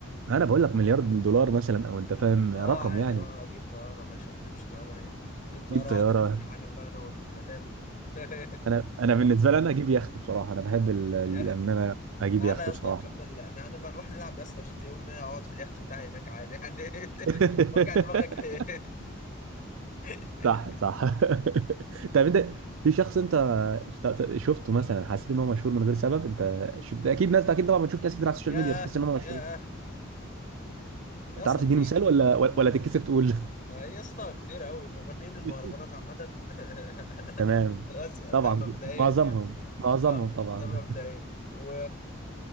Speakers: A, on the right; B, on the left.
A: ما انا بقول لك مليار دولار مثلا او انت فاهم
B: اه
A: رقم
B: عادي
A: يعني
B: اه اجيب طيارة يا باشا ما اجيبش طيارة ليه اجيب طيارة
A: جيب
B: واقعد
A: طياره
B: الف العالم بقى انا والمدام <laughs>
A: انا انا بالنسبه لي انا اجيب يخت بصراحه انا بحب ال- ال-
B: يخت
A: ان انا اجيب
B: تعالى
A: يخت
B: يا اسطى
A: بصراحه
B: نكمل انا انا بنروح نلعب يا اسطى جي تي اي ونقعد اقعد في اليخت بتاعي هناك عادي يعني
A: <laughs>
B: <laughs> وجع دماغك ليه <laughs>
A: صح صح <laughs> طب انت في شخص انت اشت- شفته مثلا حسيت ان هو مشهور من غير سبب انت ش- ده اكيد ناس ده اكيد طبعا بتشوف ناس كتير على السوشيال
B: ياه
A: ميديا بتحس ان هم مشهورين
B: ياه يا اسطى
A: تعرف
B: كتير
A: تديني مثال ولا ولا تتكسف تقول
B: آه، يا اسطى كتير قوي مغنيين المهرجانات
A: <laughs>
B: عامة <laughs>
A: تمام
B: بس ده
A: طبعا
B: مبدئيا
A: معظمهم
B: يعني
A: معظمهم
B: اه
A: طبعا
B: ده مبدئيا و